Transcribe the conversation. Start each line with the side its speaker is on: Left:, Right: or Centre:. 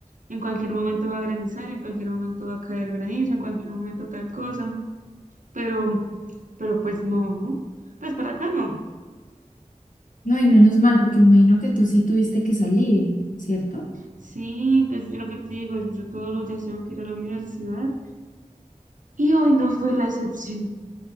Right: en cualquier momento va a granizar, en cualquier momento va a caer granizo, en cualquier momento tal cosa, pero, pero pues no, pues para acá no.
Left: No, y menos mal, porque me imagino que tú sí tuviste que salir, ¿cierto?
Right: Sí, pues yo lo que te digo, yo todos los días tengo que ir a la universidad y hoy no fue la excepción.